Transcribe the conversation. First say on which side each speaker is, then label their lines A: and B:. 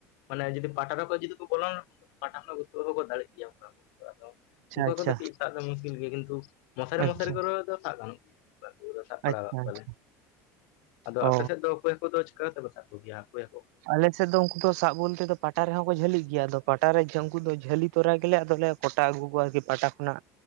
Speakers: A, on the left; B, on the right.
A: ᱢᱟᱱᱮ ᱡᱩᱫᱤ ᱯᱟᱴᱟ ᱨᱮᱠᱚ ᱡᱩᱫᱤ ᱠᱚ ᱵᱚᱞᱚᱱᱟ ᱯᱟᱴᱟ ᱠᱷᱚᱱ ᱛᱳᱫ ᱦᱚᱸ ᱠᱚ ᱫᱟᱲᱮᱜ ᱜᱮᱭᱟ ᱚᱱᱠᱟ ᱫᱚ ᱩᱱᱠᱩ
B: ᱟᱪᱪᱷᱟ
A: ᱠᱚ ᱫᱚ ᱠᱤ ᱫᱟᱜ ᱫᱚ ᱢᱩᱥᱠᱤᱞ ᱜᱮᱭᱟ ᱠᱤᱱᱛᱩ ᱢᱚᱥᱟᱨᱤ
B: ᱟᱪᱪᱷᱟ
A: ᱢᱚᱥᱟᱨᱤ
B: ᱟᱪᱪᱷᱟ
A: ᱠᱚᱨᱮ ᱫᱚ ᱥᱟᱵ ᱜᱟᱱᱚᱜ ᱜᱮᱭᱟ ᱠᱚ ᱫᱚ ᱥᱟᱵ ᱵᱟᱲᱟ
B: ᱟᱪᱪᱷᱟ
A: ᱠᱟᱜ ᱠᱚᱣᱟ ᱞᱮ ᱟᱫᱚ
B: ᱚ
A: ᱟᱯᱮ ᱥᱮᱫ ᱫᱚ ᱠᱳᱭ ᱦᱟᱹᱠᱩ ᱫᱚ ᱪᱤᱠᱟᱹ ᱛᱮ ᱠᱚ ᱥᱟᱵ ᱠᱚ ᱜᱮᱭᱟ ᱠᱳᱭ ᱦᱟᱹᱠᱩ
B: ᱟᱞᱮ ᱥᱮᱫ ᱫᱚ ᱩᱱᱠᱩ ᱫᱚ ᱥᱟᱵ ᱵᱚᱞᱛᱮ ᱫᱚ ᱯᱟᱴᱟ ᱨᱮᱦᱚᱸ ᱠᱚ ᱡᱷᱟᱹᱞᱤᱜ ᱜᱮᱭᱟ ᱟᱫᱚ ᱯᱟᱴᱟ ᱨᱮ ᱩᱱᱠᱩ ᱫᱚ ᱡᱷᱟᱹᱞᱤ ᱛᱚᱨᱟ ᱜᱮᱞᱮ ᱟᱫᱚ ᱞᱮ ᱠᱚᱴᱟ ᱟᱹᱜᱩ ᱠᱚᱣᱟ ᱟᱨ ᱠᱤ ᱯᱟᱴᱟ ᱠᱷᱚᱱᱟᱜ